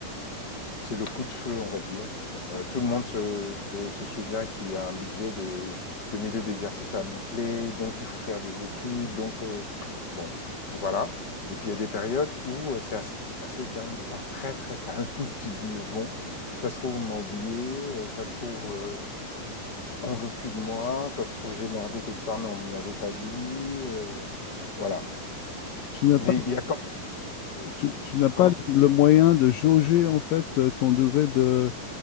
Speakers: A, on the left (about 25°); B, on the left (about 70°).
A: c'est le coup de feu, on va dire. Euh, tout le monde se, se souvient qu'il y a un budget de, de milieu d'exercice à boucler, donc il faut faire des études, donc euh, bon, voilà. Et puis il y a des périodes où euh, c'est assez, assez calme, voire très très calme. <laughs> tu te dis, euh, bon, ça se trouve, on m'a oublié, euh, ça se trouve, euh, on veut plus de moi, ça se trouve, j'ai merdé quelque part, mais on me l'avait pas dit. euh, voilà.
B: Tu n'as
A: Mais
B: pas,
A: il y a quand,
B: tu, tu n'as pas
A: Pardon?
B: le moyen de jauger, en fait, euh, ton degré de,